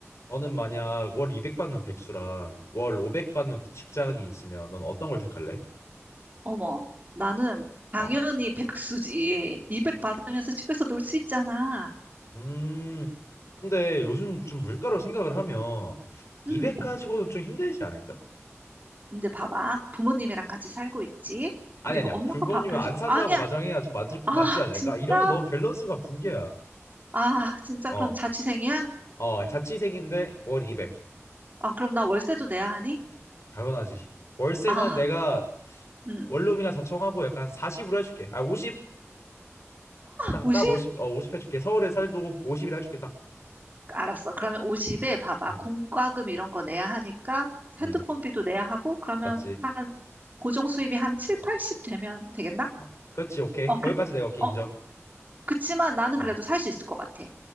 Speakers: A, on the left; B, on the right.
A: 너는 만약 월 200 받는 백수랑 월 500 받는 직장인이 있으면 넌 어떤 걸 택할래?
B: 어머, 나는 당연히
A: 어.
B: 백수지. 200 받으면서 집에서 놀 수 있잖아.
A: 음. 근데 요즘 좀 물가로 생각을 하면 200
B: 응.
A: 가지고는 좀 힘들지 않을까?
B: 근데 봐봐. 부모님이랑 같이 살고 있지.
A: 아니
B: 그리고
A: 아니야.
B: 엄마가
A: 불법이면
B: 밥 해줘.
A: 안 산다고
B: 아니야.
A: 가정해야 좀 맞지
B: 아,
A: 맞지 않을까?
B: 진짜?
A: 이러면 너무 밸런스가 붕괴야.
B: 아, 진짜
A: 어.
B: 그럼 자취생이야?
A: 어, 자취생인데 월 200.
B: 아, 그럼 나 월세도 내야 하니?
A: 당연하지. 월세는
B: 아,
A: 내가
B: 응.
A: 원룸이나 자청하고 약간 40으로 해줄게. 아, 50? 딱,
B: 50?
A: 딱 50, 어, 50 해줄게. 서울에 살도 50이라 해줄게. 딱.
B: 알았어. 그러면 50에 봐봐.
A: 음.
B: 공과금 이런 거 내야 하니까
A: 음.
B: 핸드폰비도 내야 하고 그러면
A: 맞지.
B: 한 고정 수입이 한 7, 80 되면 되겠나?
A: 어. 그렇지, 오케이.
B: 어,
A: 거기까지
B: 그,
A: 내가 오케이
B: 어,
A: 인정.
B: 그치만 나는
A: 어.
B: 그래도 살 수 있을 것 같아.